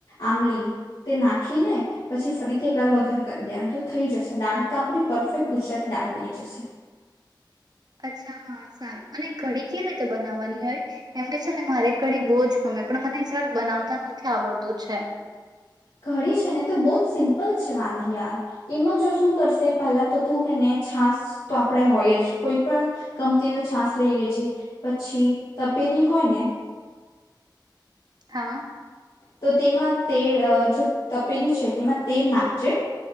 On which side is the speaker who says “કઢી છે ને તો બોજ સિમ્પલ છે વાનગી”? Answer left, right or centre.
Left